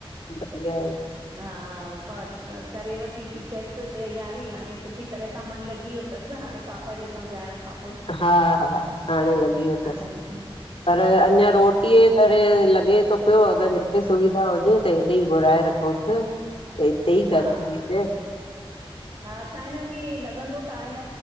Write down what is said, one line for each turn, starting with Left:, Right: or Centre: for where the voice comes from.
Left: बढ़िया आहे।
Right: हा पांण करे वती बी टेक्स तैयारी हाणे सुठी तरह सां मन लॻी वयो तस न हाणें पापा जे समझाइण खां
Left: हा हा हाणे लॻी वयो
Right: हाणें <unintelligible>
Left: पर अञा रोटीअ जे करे लॻे तो पियो अगर हिते सुविधा हुजे त हितेई घुराए रखंउस त हिते ई
Right: हा
Left: करे ॾीद
Right: हा छा आहे न की लॻंदो त आहे न